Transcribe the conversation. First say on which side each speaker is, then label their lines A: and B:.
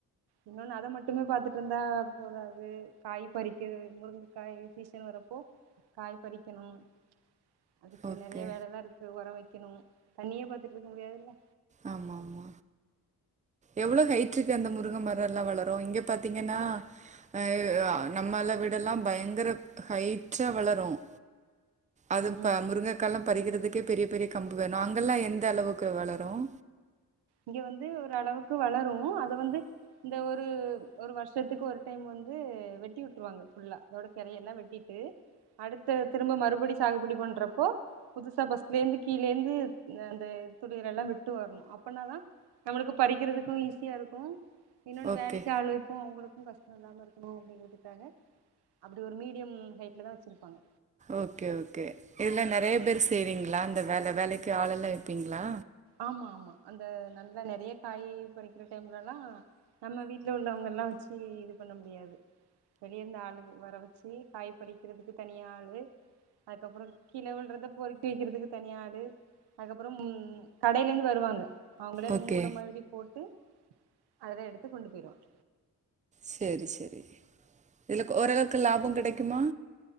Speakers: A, on the right; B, on the right.
A: இன்னொன்னு அத மட்டுமே பாத்துட்டு இருந்தா போதாது காய் பறிக்கிறது முருங்கை காய் சீசன் வரப்போ காய் பறிக்கணும் அதுக்கு
B: ஓகே
A: நிறைய வேலை எல்லாம் இருக்கு உரம் வைக்கணும் தண்ணியே பாத்துட்டு இருக்க முடியாதுல
B: ஆமா ஆமா எவ்வளவு ஹைட் இருக்கு அந்த முருக மரம் எல்லாம் வளரும் இங்க பாத்தீங்கன்னா அஹ் நம்மால விட எல்லாம் பயங்கர ஹைட்டா வளரும் அதுப்ப
A: ஆ
B: முருங்கைக்கலம் பறிக்கிறதுக்கே பெரிய பெரிய கம்பு வேணும் அங்கெல்லாம் எந்த அளவுக்கு வளரும்
A: இங்க வந்து ஒரு அளவுக்கு வளரும் அத வந்து இந்த ஒரு ஒரு வருஷத்துக்கு ஒரு டைம் வந்து வெட்டி விட்டுருவாங்க ஃபுல்லா அதோட கரைய எல்லாம் வெட்டிட்டு அடுத்த திரும்ப மறுபடி சாகுபடி பண்றப்போ புதுசா ஃபஸ்ட்ல இருந்து கீழேந்து அந்த துளிர்ள எல்லாம் விட்டு வரணும் அப்பனாதான் நம்மளுக்கு பறிக்கிறதுக்கும் ஈஸியா இருக்கும் இன்னொன்னு
B: ஓகே
A: வேலைக்கு ஆள் வைப்போம் அவுங்களுக்கு இன்னு கஷ்டம் இல்லாம இருக்கணும் அப்படிங்கிறதுக்காக அப்படி ஒரு மீடியம் ஹைட்ல தான் வச்சிருப்பாங்க
B: ஓகே ஓகே இதுல நெறைய பேர் செய்றீங்களா அந்த வேல வேலைக்கு ஆள் எல்லா எடுப்பீங்களா
A: ஆமா ஆமா அந்த நல்லா நெறைய காய் பறிக்கிற டைம்லல்லா நம்ம வீட்டுல உள்ளவங்க எல்லா வச்சு இது பண்ண முடியாது வெளியே இருந்த ஆள் வர வச்சு காய் பறிக்கிறதுக்கு தனியா ஆளு அதுக்கப்புறம் கிழ வில்றத பொறுக்கி வைக்கிறதுக்கு தனிய ஆளு அதுக்கப்புறம் உ கடையில இருந்து வருவாங்க அவங்களே அந்த
B: ஓகே
A: மூட மாதிரி போட்டு அதல்லா எடுத்து கொண்டு போயிருவாங்க
B: சேரி சேரி இதுலக்கு ஓரளவுக்கு லாபம் கிடைக் க்குமா